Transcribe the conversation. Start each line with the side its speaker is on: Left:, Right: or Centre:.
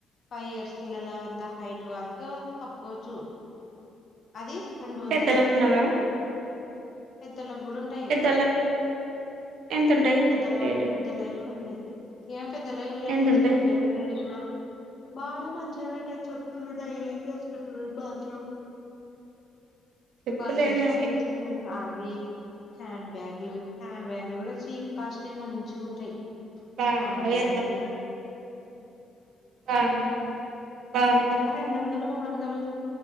Left: ఫైవ్ ఇయర్స్ పిల్లల అంత హైట్ వరకు కోచూ అది రెండు వందర
Right: పెద్దోళ్ళకి ఉండవా
Left: నడ పెద్దలకు కూడా ఉంటాయి
Right: పెద్దోళ్ళకి ఎంతుంటాయి
Left: పెద్దల
Right: రేటు
Left: పెద్దలువి కూడా ఉంటాయి ఏం పెద్దల ఇళ్ళగా
Right: ఎంతుంటాయి
Left: చిన్న పిల్ల ఏద వష్ిన బాగానే మంచిగానే ఉట్టాయి చెప్పులు డైలీకి వేసుకుంటారు బాత్రూమ్
Right: చెప్పులేమో
Left: బాథరూమ్ పుల్ ఆ హ్యాండ్ బ్యాగ్లు హ్యాండ్ బ్యాగలు కూడా చీప్ కాస్ట్ మంచి ఉంటాయి
Right: బాగుండవు
Left: హ్యాండ్ బ్యాగ్
Right: ఎరుకలవి
Left: లు
Right: <unintelligible>
Left: రెండు వందలు మూడు వందలు